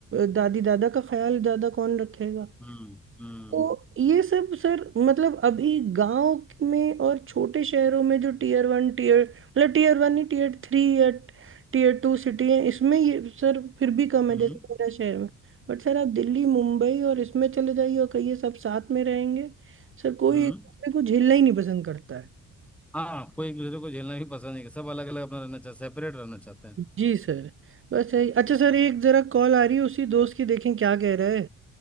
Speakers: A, on the right; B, in the centre.
A: दादी दादा का ख्याल ज्यादा कौन रखेगा
B: हम्म हम्म
A: तो ये सब सर मतलब अभी गांव में और छोटे शहरों में जो टीयर वन टीयर मतलब टीयर वन ही टीयर थ्री या टीयर टू सिटी है इसमें ये सर फिर भी कम
B: हम्म
A: है जैसे मेरा शहर में बट सर आप दिल्ली मुंबई और इसमें चले जाइए और कहिए सब साथ में रहेंगे सर कोई
B: हम्म।
A: एक दूसरे को झेलना ही नहीं पसंद करता है
B: हाँ कोई एक दूसरे को झेलना भी पसंद नहीं है सब अलग अलग अपना रहना चाहते सेपरेट रहना चाहते हैं
A: जी सर बस यही अच्छा सर एक जरा कॉल आ रही है उसी दोस्त की देखें क्या कह रहा है